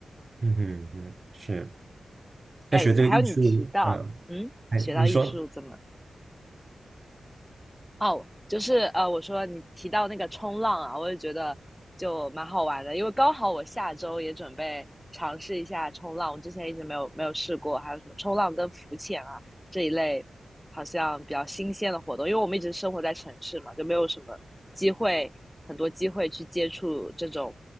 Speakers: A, on the right; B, in the centre.
A: 嗯哼嗯，是。
B: 哎，
A: 那学这个艺术，
B: 还有你提到，
A: 嗯，
B: 嗯，
A: 哎，
B: 学到艺术怎么
A: 你说
B: 哦，就是呃，我说你提到那个冲浪啊，我也觉得就蛮好玩的，因为刚好我下周也准备尝试一下冲浪，我之前一直没有没有试过，还有什么冲浪跟浮潜啊这一类，好像比较新鲜的活动，因为我们一直生活在城市嘛，就没有什么机会，很多机会去接触这种